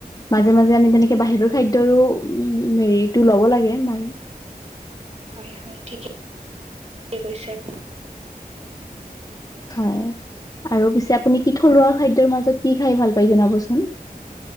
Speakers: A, on the left; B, on the right.
A: মাজে মাজে আমি তেনেকে বাহিৰৰ খাদ্যৰো উ হেৰিটো ল'ব লাগে। আমাৰ
B: হয়, হয়, ঠিকে। কি কৈছে আপ?
A: হয় আৰু পিছে আপুনি কি থলুৱা খাদ্যৰ মাজত কি খাই ভাল পায় জনাবচোন?